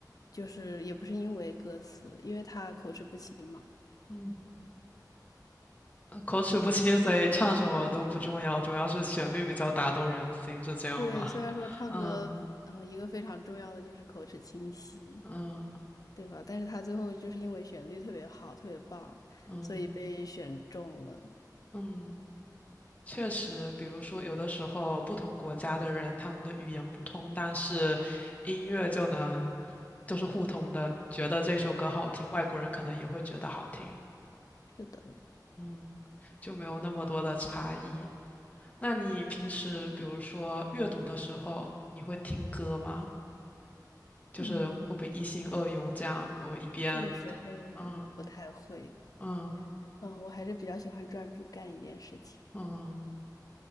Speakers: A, on the left; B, on the left.
A: 就是也不是因为歌词，因为他口齿不清嘛。
B: 嗯，呃口齿不清，所以唱什么都不重要，主要是旋律比较打动人心，是这样吗？
A: 对，虽然说唱歌，
B: <laughs> 嗯
A: 嗯、呃一个非常重要的就是口齿清晰，
B: 嗯
A: 对吧？但是他最后就是因为旋律特别好，特别棒，
B: 嗯
A: 所以被选中了。
B: 嗯，确实，比如说，有的时候不同国家的人，他们的语言不通，但是音乐就能就是互通的。你觉得这首歌好听，外国人可能也会觉得好听，
A: 是的，
B: 嗯，就没有那么多的差异。那你平时比如说阅读的时候，你会听歌吗？就是会不会一心二用这样？
A: 嗯，
B: 我一边，
A: 这个时候不太会，
B: 嗯嗯
A: 嗯、我还是比较喜欢专注干一件事情。
B: 嗯，